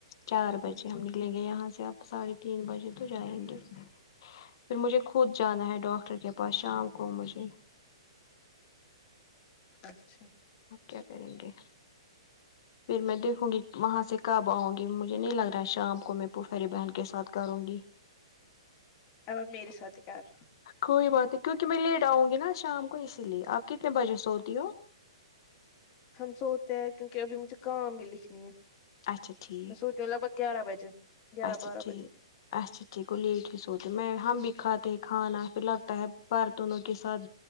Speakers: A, on the left; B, on the left.
A: چار بجے
B: اچھا
A: ہم نے نکلیں گے یہاں سے آپ ساڑھے تین بجے تو جائیں گے پھر مجھے خود جانا ہے ڈاکٹر کے پاس شام کو مجھے
B: اچھا
A: اپ کیا کریں گے پھر میں دیکھوں گی وہاں سے کب آؤں گی مجھے نہیں لگ رہا ہے شام کو میں پھپھیری بہن کے ساتھ کروں گی
B: اب میری سات کار
A: کوئی بات ہے کیونکہ میں لیٹ آؤں گی نا شام کو اسی لیے آپ کتنے بجے سوتی ہو
B: ہم سوتے ہیں کیونکہ ابھی مجھے کام بھی لکھنی ہے
A: اچھا ٹھیک
B: سوچو لگ بھگ گیارہ بجے گیارہ
A: اچھا
B: بارہ
A: ٹھیک
B: بجے
A: اچھا بچے کو لیٹ ہی سوتے میں ہم بھی کاتے ہیں کھانا پھر لگتا ہے برتونوں کے ساتھ